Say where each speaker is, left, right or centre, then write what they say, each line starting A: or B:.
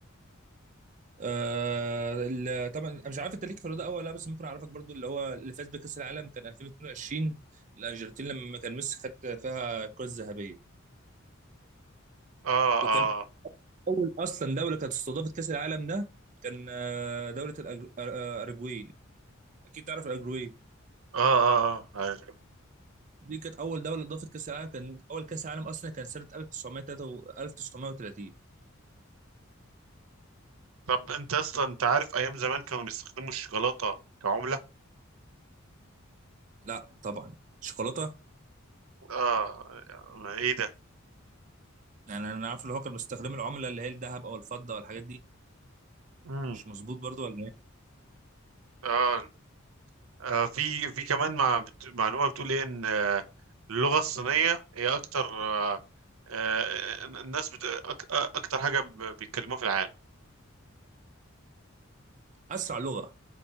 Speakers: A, on the right (about 35°); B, on the right (about 80°).
A: آه، ال- طبعا انا مش عارف انت ليك في الرياضه أوي ولا لا بس ممكن اعرفك برضو اللي هو اللي فاز بكاس العالم كان 2022 الارجنتين لما كان ميسي خد فيها الكره الذهبيه
B: اه اه
A: وكان
B: اه
A: اول اصلا دوله كانت استضافت كاس العالم ده كان آه، دوله الاراجواي اكيد تعرف الاراجواي
B: اه اه عارف.
A: دي كانت اول دوله اضافت كاس العالم كان اول كاس عالم اصلا كان سنه 1933 1930
B: طب انت اصلا انت عارف ايام زمان كانوا بيستخدموا الشوكولاتة كعملة
A: لا طبعا شوكولاته
B: اه ما ايه ده
A: يعني انا عارف اللي هو كان مستخدم العمله اللي هي الذهب او الفضه والحاجات دي
B: مم.
A: مش مظبوط برضو ولا ايه
B: اه, آه في في كمان مع بت... معلومة بتقول ايه ان آه، اللغة الصينية هي اكتر آه آه الناس بت... أك... آه، اكتر حاجة ب- بيتكلموها في العالم
A: اسرع لغه